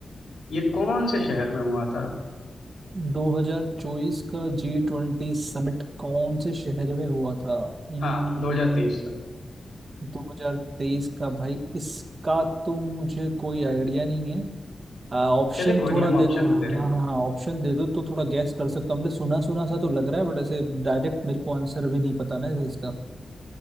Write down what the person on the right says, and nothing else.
2024 का जी ट्वेंटी समिट कौन से शहर में हुआ था हम्म,
2023 का भाई इसका तो मुझे कोई आइडिया नहीं है। ऑप्शन
थोड़ा
दे
दो हाँ
हाँ
हाँ ऑप्शन दे दो तो थोड़ा गैस कर सकता हूँ हमने सुना सुना सा तो लग रहा है बट ऐसे डायरेक्ट मेरे को आंसर अभी नहीं पता ना भाई इसका